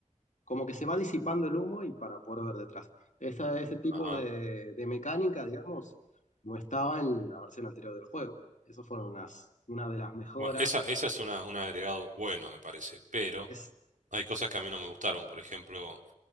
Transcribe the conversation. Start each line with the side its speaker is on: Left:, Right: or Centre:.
Left: como que se va disipando el humo y para poder ver detrás. Esa- ese tipo
Right: Ajá.
Left: de, de mecánica, digamos, no estaba en la versión anterior del juego. Eso fueron unas, una de las mejoras.
Right: Bueno, esa, esa es una, un agregado bueno, me parece, pero
Left: Es,
Right: hay cosas que a mí no me gustaron. Por ejemplo,